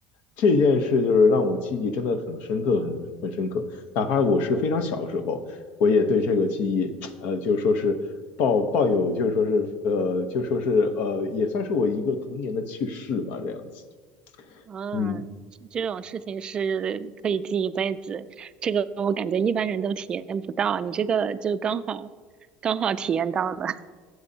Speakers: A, on the left; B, on the right.
A: 这件事就是让我记忆真的很深刻，很很深刻。哪怕我是非常小的时候，我也对这个记忆，呃，就说是抱抱有，就说是呃，就说是呃，也算是我一个童年的趣事吧，这样子。
B: 嗯，
A: 嗯，
B: 这种事情是可以记一辈子，这个我感觉一般人都体验不到，你这个就刚好刚好体验到了。<laughs>